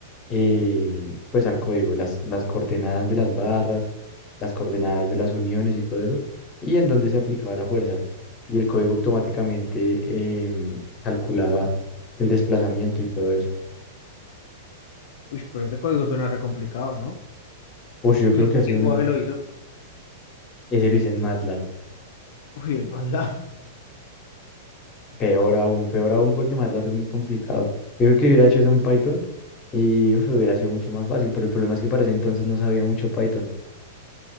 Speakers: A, on the left (about 30°); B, on the left (about 65°).
A: eh, pues al código, las, las coordenadas de las barras, las coordenadas de las uniones y todo eso, y en dónde se aplicaba la fuerza. Y el código automáticamente em, calculaba el desplazamiento y todo eso.
B: uy, pero ese código suena re complicado, ¿no?
A: Uy, yo creo
B: ¿Y en
A: que
B: qué
A: ha sido
B: lenguaje
A: uno de los...
B: lo hizo?
A: Ese lo hice en MATLAB.
B: Uy, <laughs> en MATLAB.
A: Peor aún, peor aún porque MATLAB es muy complicado. Yo creo que hubiera hecho eso en Python y uf, hubiera sido mucho más fácil, pero el problema es que para ese entonces no sabía mucho Python.